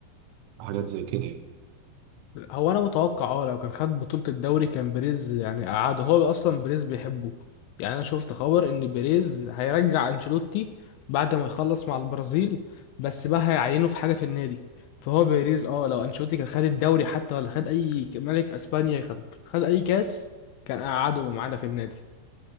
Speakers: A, on the right (about 80°); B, on the left (about 80°).
A: وحاجات زي كده يعني
B: هو انا متوقع اه لو كان خد بطولة الدوري كان بيريز يعني قعده هو اصلا بيريز بيحبه يعني انا شفت خبر ان بيريز هيرجع انشيلوتي بعد ما يخلص مع البرازيل بس بقى هيعينه في حاجة في النادي فهو بيريز اه لو انشيلوتي كان خد الدوري حتى ولا خد اي ك- ملك اسبانيا خد, خد اي كاس كان قعده معانا في النادي